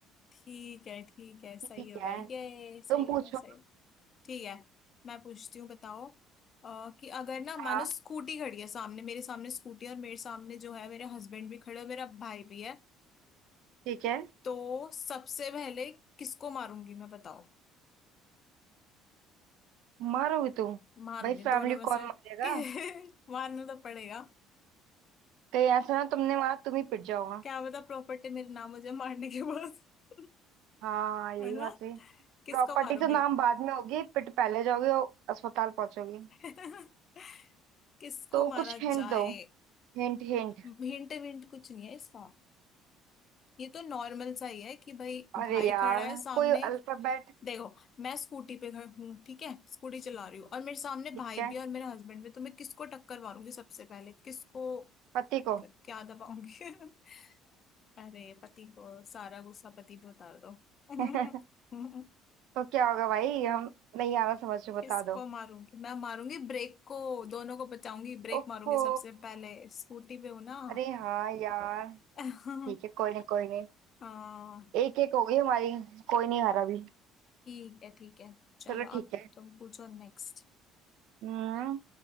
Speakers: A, on the left (about 45°); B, on the right (about 70°).
A: ठीक है ठीक है सही
B: ठीक
A: हो गया
B: है
A: ये सही
B: तुम पूछो
A: हो गया सही ठीक है मैं पूछती हूँ बताओ अ, कि अगर ना मानो
B: हाँ
A: स्कूटी खड़ी है सामने मेरे सामने स्कूटी और मेरे सामने जो है मेरे हस्बैंड भी खड़े और मेरा भाई भी है
B: ठीक है
A: तो सबसे पहले किसको मारूंगी मैं बताओ
B: मारोगी तुम
A: मारूंगी
B: भाई फैमिली
A: दोनों में से
B: कौन मारेगा
A: कि- <laughs> मारना तो पड़ेगा
B: कहीं ऐसा ना तुमने मारा तुम ही पिट जाओगा
A: क्या पता प्रॉपर्टी मेरे नाम हो जाए मारने के बाद <laughs>
B: हाँ यही
A: है ना
B: बात सही
A: किसको
B: प्रॉपर्टी
A: मारूंगी
B: तो नाम बाद में होगी पिट पहले जाओगे और अस्पताल पहुंचोगे
A: <laughs> किसको
B: तो
A: मारा
B: कुछ
A: जाए
B: हिंट दो Hint hint
A: हिंट हिंट कुछ नहीं है इसका ये तो नॉर्मल सा ही है कि भाई
B: अरे
A: भाई
B: यार
A: खड़ा है सामने
B: कोई अल्फाबेट
A: देखो मैं स्कूटी पे गई हूँ ठीक है स्कूटी चला रही हूँ और मेरे सामने
B: ठीक
A: भाई
B: है
A: भी और मेरे हस्बैंड भी तो मैं किसको टक्कर मारूंगी सबसे पहले किसको
B: पति को
A: क्या दबाऊंगी <laughs> अरे पति को सारा गुस्सा पति पे उतार दो <laughs>
B: <laughs> तो क्या होगा भाई हम नहीं आ रहा समझ में बता
A: किसको
B: दो
A: मारूंगी मैं मारूंगी ब्रेक को दोनों को बचाऊंगी ब्रेक
B: ओफो
A: मारूंगी सबसे पहले स्कूटी पे हूं ना
B: अरे हाँ यार
A: <laughs>
B: ठीक है कोई नहीं कोई नहीं
A: हाँ
B: एक एक हो गई हमारी कोई नहीं हारा अभी
A: ठीक है ठीक है चलो
B: चलो ठीक
A: अब
B: है
A: तुम पूछो नेक्स्ट
B: हम्म